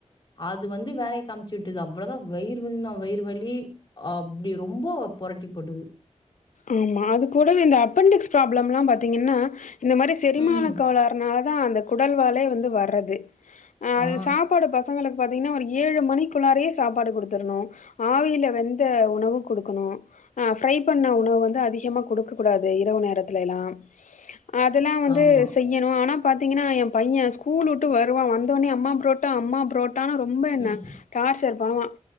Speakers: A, on the left; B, on the left.
A: அது வந்து வேலை காமிச்சு விட்டுது அவ்வளவுதான் வயிறு வலினா வயிறு வலி் அப்படி ரொம்ப புரட்டி போட்டுது
B: ஆமா அது கூடவே இந்த அப்பென்டிக்ஸ் ப்ராப்ளம் எல்லாம் பாத்தீங்கன்னா இந்த மாதிரி செரிமான
A: ம்.
B: கோளாறுனால தான் அந்த குடல் வாழே வந்து வர்றது அஹ் அது
A: ஆ,
B: சாப்பாடு பசங்களுக்கு பத்த ஒரு ஏழு மணிக்குள்ளாரே சாப்பாடு கொடுத்துணும் ஆவில வெந்த உணவு கொடுக்கணும் ஃபிரை பண்ண உணவு உணவு வந்து அதிகமா கொடுக்க கூடாது இரவு நேரத்துல எல்லாம் அதெலாம் வந்து
A: ஆமா.
B: செய்யணும் ஆனால் பாாரத்தீங்கன்னா என் பையன் ஸ்கூல் விட்டு வருவான் வந்தோடனே அம்மா புரோட்ட அம்மா புரோட்டா ரொம்ப என்ன
A: ம்.
B: டார்சர் பண்ணுவான்